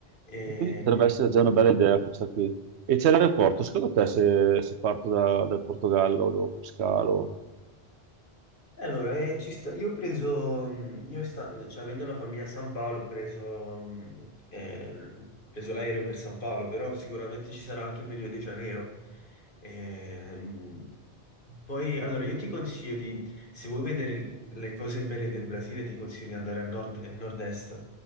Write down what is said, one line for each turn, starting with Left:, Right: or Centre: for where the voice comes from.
Left: E-
Right: E Quindi potrebbe essere già una bella idea questa qui. E c'è l'aeroporto, secondo te se, se parto da- dal Portogallo dopo scalo,
Left: E Allora, eh, ci sta- io ho preso, mm, io sta- cioè, avendo la famiglia a San Paolo, ho preso, mm, eh, ho preso l'aereo per San Paolo, però sicuramente ci sarà anche per Rio de Janeiro. Ehm, poi, allora, io ti consiglio di, se vuoi vedere le cose belle del Brasile, ti consiglio di andare al nord, nel nord-est,